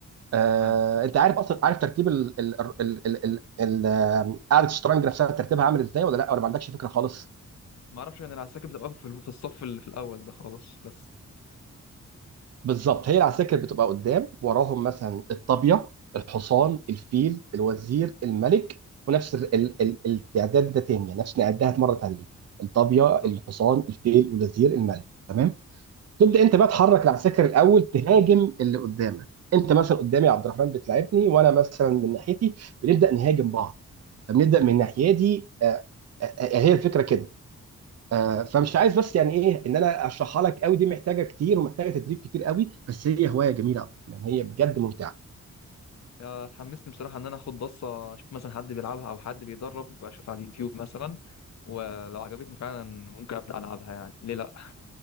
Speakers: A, on the right (about 60°); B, on the left (about 65°).
A: آه،
B: تمام
A: انت عارف اصلا عارف ترتيب ال ال ال ال ال ال آه، قاعده الشطرنج نفسها ترتيبها عامل ازاي ولا لا ولا ما عندكش فكره خالص
B: ما اعرفش يعني العساكر بتبقى واقفة في ال- في الصف اللي في الاول ده خالص بس
A: بالظبط هي العساكر بتبقى قدام وراهم مثلا الطابيه الحصان الفيل الوزير الملك ونفس ال ال ال التعداد ده تاني يعني نفس نعدها مره تانيه الطابيه
B: بالظبط
A: الحصان الفيل الوزير الملك تمام تبدا
B: تمام
A: انت بقى تحرك العساكر الاول تهاجم اللي قدامك انت مثلا قدامي عبد الرحمن بتلاعبني وانا مثلا من ناحيتي بنبدا نهاجم بعض فبنبدا من ناحيتي آه، آه، آه، هي الفكره كده آه، فمش عايز بس يعني ايه ان انا اشرحها لك قوي دي محتاجه كتير ومحتاجه تدريب كتير قوي بس هي هوايه جميله يا عبد الرحمن هي بجد ممتعه
B: يا اتحمسني بصراحه ان انا اخد بصه اشوف مثلا حد بيلعبها او حد بيدرب اشوف على اليوتيوب مثلا ولو عجبتني فعلا ممكن ابدا العبها يعني ليه لا